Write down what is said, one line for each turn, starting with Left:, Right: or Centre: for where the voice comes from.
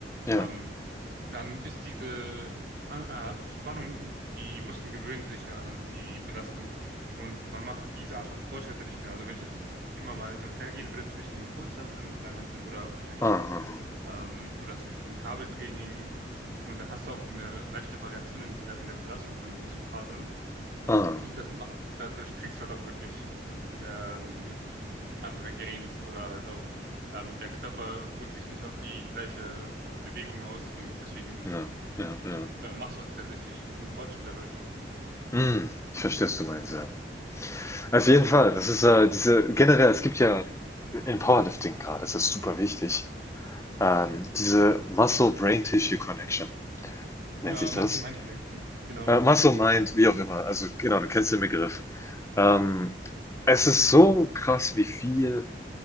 Left: Ja.
Right: Ähm, dann ist diese äh, äh, Spannung, die Muskeln gewöhnen sich ja an die Belastung und man macht diese Art von Fortschritte nicht mehr. Also wenn ich jetzt immer mal hin und her gehen würde zwischen Kurzhanteln und Langhantel oder zwischen
Left: Ah, ah, ah.
Right: ähm, oder zwischen Kabeltraining und dann hast du auch eine leichte Variation in dieser in der Belastung von den Muskelfasern
Left: Ah,
Right: und das macht, dadurch kriegst du halt auch wirklich ähm, andere Gains oder halt auch ähm, der Körper ruht sich nicht auf die gleiche äh, Bewegung aus und deswegen
Left: Ja, ja, ja.
Right: äh, machst du tatsächlich einen Fortschritt dadurch.
Left: Hm, ich verstehe, was du meinst, ja. Auf jeden Fall, das ist äh, diese, generell, es gibt ja im Powerlifting gerade, das ist super wichtig, ähm, diese Muscle-Brain-Tissue-Connection nennt
Right: Genau,
Left: sich das.
Right: machst du Mind Connections. Genau.
Left: Äh, Muscle-Mind, wie auch immer, also genau, du kennst den Begriff. Ähm, es ist so krass, wie viel,